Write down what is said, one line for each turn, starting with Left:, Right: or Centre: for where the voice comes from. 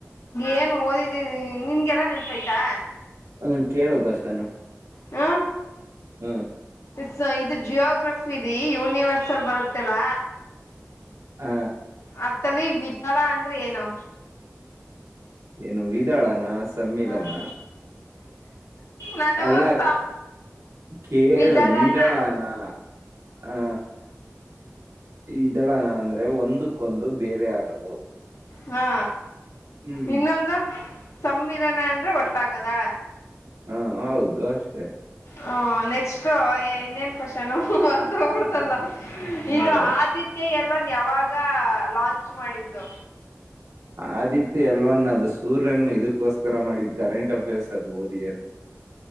Left: ಏನ್ ಓದಿದೀನಿ ನಿನ್ಗೆಲ್ಲ ನೆನ್ಪಾಯ್ತಾ
Right: ಹ್ಮ ಕೇಳ್ ಕ್ಯೂಸಾಷನು
Left: ಹ
Right: ಹ್ಮ್
Left: ಸ್ ಇದು ಜಿಯೋಗ್ರಫಿ ರೀ ಯೂನಿವರ್ಸ ಅಲ್ ಬರುತ್ತೆಲ್ಲ
Right: ಹ
Left: ಅತ್ತಲ್ಲಿ ವಿಧಾಳ ಅಂದ್ರೆ ಏನು
Right: ಏನು ವಿದಾಳನಸ್ ಸಮ್ಮಿಲನ
Left: ಹ್ಮ್. ನಾನು
Right: ಎಲ್ಲಾ
Left: ಸಂ
Right: ಕೇಳು
Left: ವಿದಳಣ
Right: ವಿಧಳಾನ ಹಾ ವಿಧಾಳನ ಅಂದ್ರೆ ಒಂದಕ್ಕೊಂದು ಬೇರೆ ಆಗೋದು
Left: ಹಾ
Right: ಹ್ಮ್
Left: ಇನ್ನೊಂದು ಸಮ್ಮಿಲನ ಅಂದ್ರೆ ಒಟ್ಟಾಗದ
Right: ಹಾ ಹೌದು ಅಷ್ಟೇ
Left: ಹ ನೆಕ್ಸ್ಟ್ ಇನ್ನೇನು ಕ್ಯೂಸಾಷನ್ ಮತ್ರೋಹೋಗ್ಬಿಡ್ತಲ್ಲ ಇದು
Right: ನೋಡು
Left: ಆದಿತ್ಯ ಎಲ್ಲ ನೀ ಯಾವಾಗ ಲಾಂಚ್ ಮಾಡಿದ್ದು
Right: ಆದಿತ್ಯ ಎಲ್ವನ್ನ ಅದು ಸೂರ್ಯನ್ನು ಇದಕ್ಕೋಸ್ಕರ ಮಾಡಿದ್ದ ಕರೆಂಟ್ ಅಫೇರ್ಸ್ ಹೋದ್ ಇಯರ್